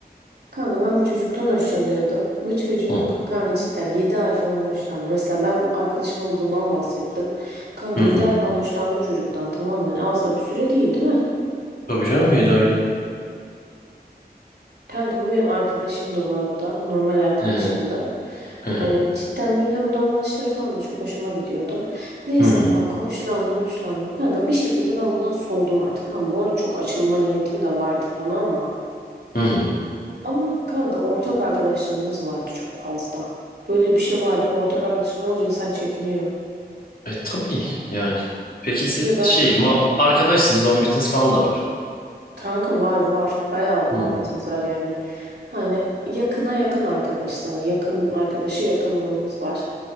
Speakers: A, on the right (about 75°); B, on the left (about 60°).
A: Kanka ben bir çocuktan hoşlanıyordum. Bu çocuk
B: hı.
A: kanka cidden 7 ay falan hoşlandı. Mesela ben arkadaşıma bundan bahsettim. Kanka
B: Hı hı.
A: 7 ay falan hoşlandım çocuktan. Tamam mı? hani az da bir süre değil değil mi?
B: Tabii canım müdahale.
A: Kanka bu benim arkadaşım da bu arada. Normal arkadaşım
B: Hı hı.
A: da.
B: Hı
A: Hani
B: hı.
A: cidden böyle ama davranışları falan da çok hoşuma gidiyordu. Neyse
B: Hı hı.
A: kanka hoşlandım hoşlandım. Kanka bir şekilde ben bundan soğudum artık. Tamam bu arada çok açılma niyetim de vardı tamam mı?
B: Hı hı.
A: Ama kanka ortak arkadaşlarımız vardı çok fazla. Böyle bir şey vardı mı ortak arkadaşın olunca insan çekiniyor.
B: E tabii yani. Peki siz
A: Bir de daha
B: şey
A: çok
B: mu arkadaşsınız muhabbetiniz falan da var.
A: kanka var var bayağı muhabbetimiz
B: Hı hı.
A: var yani. Hani yakına yakın arkadaş hani yakın arkadaşı yakınlığımız var.